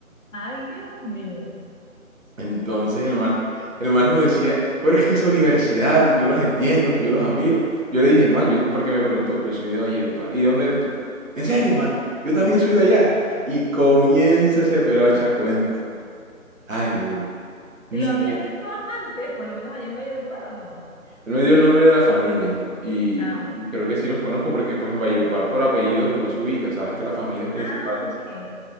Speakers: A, on the left; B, on the right.
A: Ay, Dios mío.
B: Entonces
A: Y yo
B: el man, el man nos decía, pero es que esa universidad, yo los entiendo, yo los admiro. Yo le dije, man, yo, porque me preguntó, yo soy de Valledupar, ¿y de dónde eres tú? En serio, mano,
A: <laughs>
B: yo también soy de allá. Y comienza ese pelado a echar cuento. Ay, Mary, ni
A: ¿Lo habías
B: quien-
A: visto antes, por lo menos allá en Valledupar o no?
B: Él me dio el nombre de la familia y,
A: Ah, ok.
B: y creo que sí los conozco porque pues en Valledupar por apellidos uno se ubica, sabes que las familias principales...
A: Ah, ok.